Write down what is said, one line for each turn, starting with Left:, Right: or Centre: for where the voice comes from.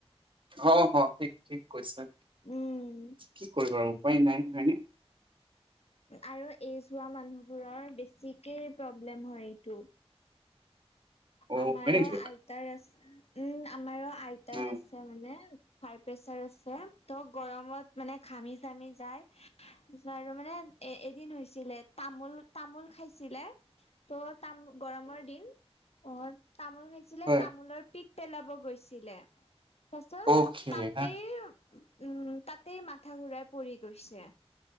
Right: হ হ ঠিক ঠিক কৈছা
Left: উম
Right: কি কৰিব আৰু উপায় নাই হয়নে?
Left: আৰু এইজ হোৱা মানুহবোৰৰ বেছিকে প্ৰব্লেম হয় এইটো‌।
Right: অ
Left: আমাৰো
Right: হয় নেকি
Left: আইতাৰ আছে উম আমাৰো আইতাৰ
Right: অ
Left: আছে মানে হাই প্ৰেচাৰ আছে ত গৰমত মানে ঘামি চামি যায় আৰু মানে এ এদিন হৈছিলে তামোল তামোল খাইছিলে ত তাম গৰমৰ দিন অ তামোল খাইছিলে
Right: হয়,
Left: তামোলৰ পিক পেলাব গৈছিলে। পাছত
Right: অ'কে
Left: তাতেই
Right: হা
Left: উম তাতেই মাথা ঘূৰাই পৰি গৈছে।